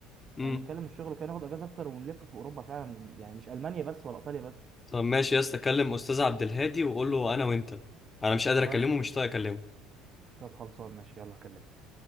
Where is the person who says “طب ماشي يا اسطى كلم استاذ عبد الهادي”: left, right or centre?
Left